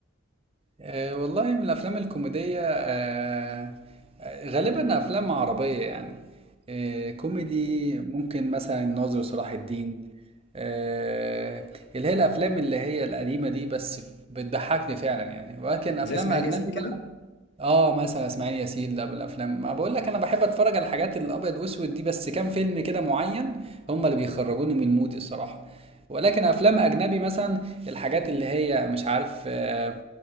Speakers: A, on the right; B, on the left.
A: أه والله من الأفلام الكوميدية أه آه، غالبا أفلام عربية يعني أه كوميدي ممكن مثلا الناظر صلاح الدين أه اللي هي الأفلام اللي هي القديمة دي بس بتضحكني فعلا يعني ولكن أفلام
B: زي اسماعيل
A: أجنبي
B: ياسين كده
A: بقى اه مثلا اسماعيل ياسين ده بالافلام ما بقول لك انا بحب اتفرج على الحاجات الابيض واسود دي بس كام فيلم كده معين هم اللي بيخرجوني من المود الصراحه ولكن افلام اجنبي مثلا الحاجات اللي هي مش عارف آه،